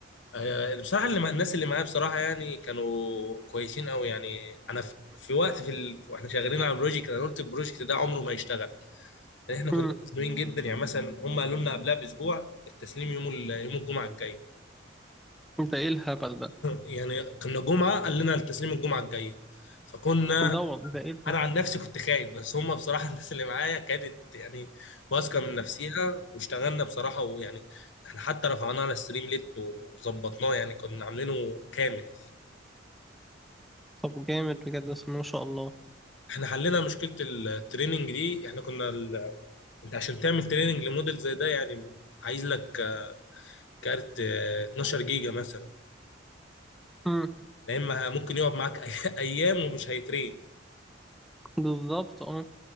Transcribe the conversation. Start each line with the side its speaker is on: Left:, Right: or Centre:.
Left: آه، بصراحة اللي مع الناس اللي معايا بصراحة يعني كانوا كويسين قوي يعني أنا في في وقت في ال... واحنا شغالين على البروجكت أنا قلت البروجكت ده عمره ما يشتغل لأن إحنا كنا
Centre: مم.
Left: مزنوقين جدا يعني مثلا هم قالوا لنا قبلها بأسبوع التسليم يوم ال... يوم الجمعة الجاية
Centre: ده ايه الهبل ده
Left: يعني كنا جمعة قال لنا التسليم الجمعة الجاية فكنا
Centre: ده والله ده ايه ده
Left: أنا عن نفسي كنت خايف بس هم بصراحة <laughs> الناس اللي معايا كانت يعني واثقة من نفسيها واشتغلنا بصراحة ويعني إحنا حتى رفعناه على ستريم ليت وظبطناه يعني كنا عاملينه كامل
Centre: طب جامد بجد بس ما شاء الله
Left: احنا حلينا مشكله التريننج دي احنا كنا ال... انت عشان تعمل تريننج لموديل زي ده يعني عايز لك كارت آه، 12 جيجا مثلا
Centre: مم.
Left: لا اما ممكن يقعد معاك <laughs> ايام ومش هيترين
Centre: بالظبط اه